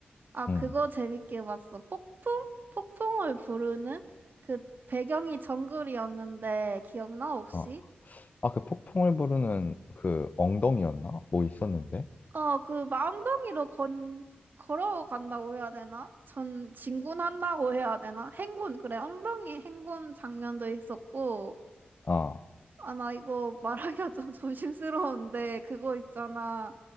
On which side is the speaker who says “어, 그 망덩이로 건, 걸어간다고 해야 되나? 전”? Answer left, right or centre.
Right